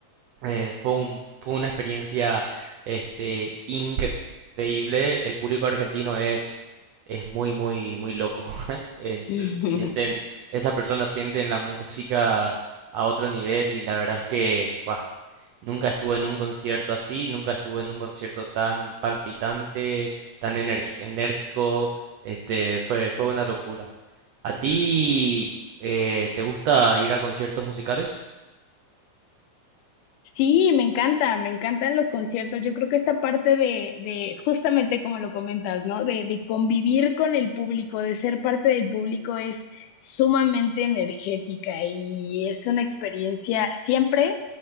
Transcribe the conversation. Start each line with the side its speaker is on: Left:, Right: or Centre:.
Right: Eh, fue un- fue una experiencia este, increíble. El público argentino es, es muy, muy, muy loco. <laughs> Eh,
Left: <laughs>
Right: l- sienten, esas personas sienten la música a otro nivel y la verdad es que ¡guau! nunca estuve en un concierto así, nunca estuve en un concierto tan palpitante, tan energ- enérgico. Este, fue, fue una locura. ¿A ti eh, te gusta ir a conciertos musicales?
Left: Sí, me encanta, me encantan los conciertos. Yo creo que esta parte de, de justamente como lo comentas, ¿no? De, de convivir con el público, de ser parte del público es sumamente energética y es una experiencia siempre,